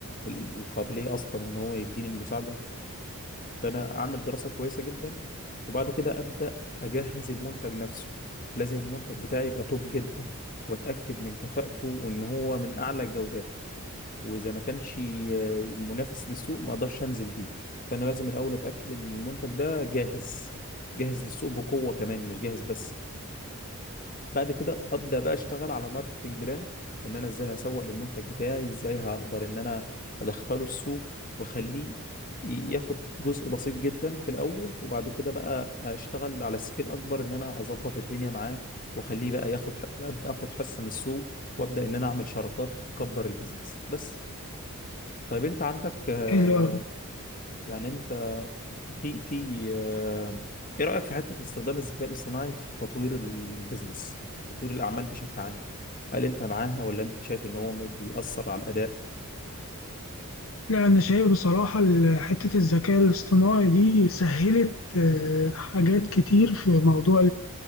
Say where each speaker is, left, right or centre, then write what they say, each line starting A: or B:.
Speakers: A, on the left; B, on the left.
A: القابليه اصلا ان هو يديني المساعده فانا اعمل دراسه كويسه جدا وبعد كده ابدا اجهز المنتج نفسه لازم المنتج بتاعي يبقى توب جدا واتاكد من كفاءته وان هو من اعلى الجودات واذا ما كانش آه، منافس للسوق ما اقدرش انزل بيه فانا لازم الاول اتاكد ان المنتج ده جاهز جاهز للسوق بقوه كمان مش جاهز بس بعد كده ابدا بقى اشتغل على ماركتنج بلان ان انا ازاي هسوق للمنتج بتاعي ازاي هقدر ان انا ادخله السوق واخليه ي- ياخد جزء بسيط جدا في الاول وبعد كده بقى اشتغل على سكيل اكبر ان انا اظبط الدنيا معاه واخليه بقى ياخد ح- ابدا اخد حصه من السوق وابدا ان انا اعمل شراكات تكبر البيزنس بس طيب انت عندك آه،
B: حلو أوي.
A: يعني انت في في آه، ايه رأيك في حتة استخدام الذكاء الاصطناعي في تطوير البيزنس تطوير الأعمال بشكل عام هل انت معاها ولا انت شايف ان هو بيأثر على الأداء
B: لا أنا شايف بصراحة ال- حتة الذكاء الاصطناعي دي سهلت آه، حاجات كتير في موضوع